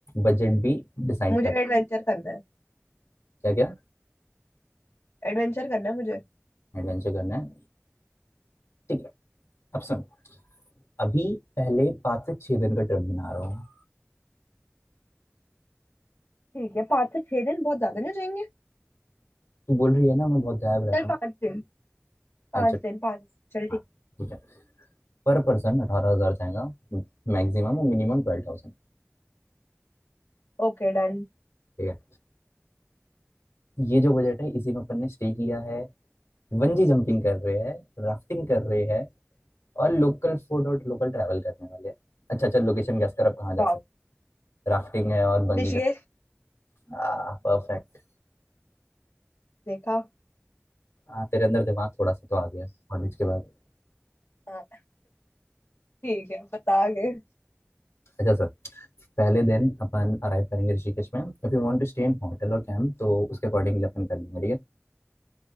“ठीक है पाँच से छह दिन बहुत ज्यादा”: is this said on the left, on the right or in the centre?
Left